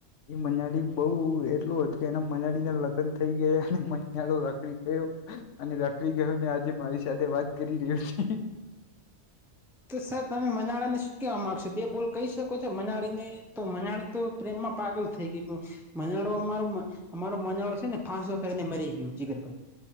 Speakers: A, on the left; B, in the centre.
A: એ મનાડી બઉુ એટલું હતું કે એના મનાડી ના લગ્ન થઈ ગયા. રાખડી ગયો અને રાખડી ગયો ને આજે મારી સાથે વાત કરી રહ્યું છે.
B: તો સર તમે મનાળા ને શું કેવા માંગશો? બે બોલ કહી શકો છો મનાળીને તો મનાળી તો- પ્રેમમાં પાગલ થઈ ગઈ. મનાડો અમારો અમારો મનાડો છે ને ફાંસો ખાઈને મરી ગયો જીગરભાઈ.